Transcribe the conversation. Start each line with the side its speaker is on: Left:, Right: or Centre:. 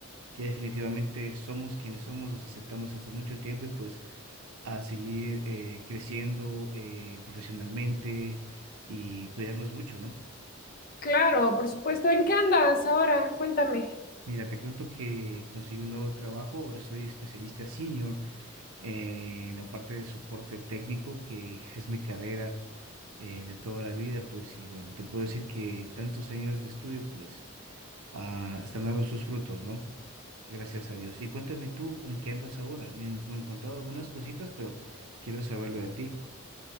Right: ya definitivamente somos quienes somos, nos aceptamos hace mucho tiempo y pues a seguir eh, creciendo eh, profesionalmente y cuidarnos mucho, ¿no?
Left: claro, por supuesto. ¿En qué andas ahora? Cuéntame.
Right: Mira, te cuento que conseguí un nuevo trabajo, ahora soy especialista senior en la parte de soporte técnico, que es mi carrera eh, de toda la vida, pues, y bueno, te puedo decir que tantos años de estudio, pues, ah, están dando sus frutos, ¿no? Gracias a Dios. Y cuéntame tú, ¿en qué andas ahora? Me han, me han contado algunas cositas, pero quiero saberlo de ti.